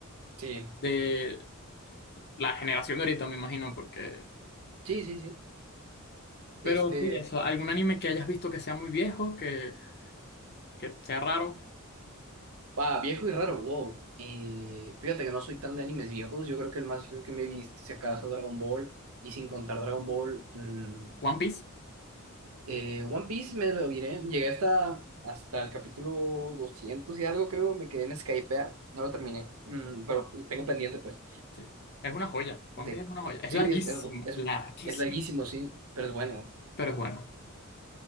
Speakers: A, on the right; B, on the left.
A: sí,
B: de la generación de ahorita, me imagino, porque...
A: sí, sí, sí. De
B: Pero
A: este,
B: sí, eso, algún anime que hayas visto que sea muy viejo, que, que sea raro.
A: ah, viejo y raro, wow. Eh, fíjate que no soy tan de animes viejos. Yo creo que el más viejo que me he visto, si acaso, Dragon Ball. Y sin contar Dragon Ball, mm,
B: One Piece,
A: Eh, One Piece me lo diré. Llegué hasta, hasta el capítulo 200 y algo, creo. Me quedé en Skypea. No lo terminé. Mm, pero tengo pendiente, pues.
B: sí, es una joya. One
A: De-
B: Piece es una joya. Es
A: sí,
B: larguísimo,
A: es, es, es,
B: larguísimo,
A: es larguísimo, sí. Pero es bueno.
B: pero es bueno.